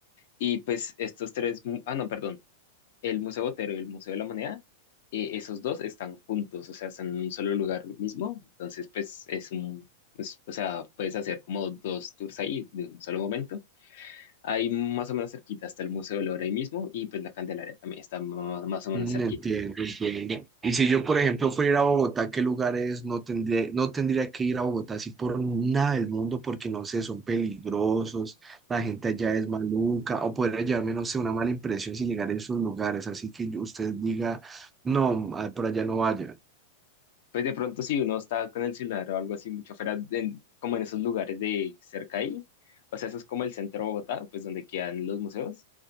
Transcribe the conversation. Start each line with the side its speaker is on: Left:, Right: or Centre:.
Left: Y pues estos tres, mu- ah, no, perdón el Museo Botero y el Museo de la Moneda, eh, esos dos están juntos, o sea, están en un solo lugar mismo. Entonces, pues es un, es- o sea, puedes hacer como dos tours ahí de un solo momento. Ahí más o menos cerquita está el Museo del Oro ahí mismo y pues la Candelaria también está más más, o menos
Right: Mm,
Left: cerquita.
Right: Entiendo, entiendo. Y si yo, por ejemplo, fuera a ir a Bogotá, ¿qué lugares no tendría, no tendría que ir a Bogotá así por nada del mundo? Porque no sé, son peligrosos, la gente allá es maluca, o podría llevarme, no sé, una mala impresión si llegar a esos lugares. Así que yo- usted diga, no, a- por allá no vaya.
Left: Pues de pronto si uno está con el celular o algo así mucho fuera, en- como en esos lugares de cerca ahí, o sea, eso es como el centro de Bogotá, pues donde quedan los museos.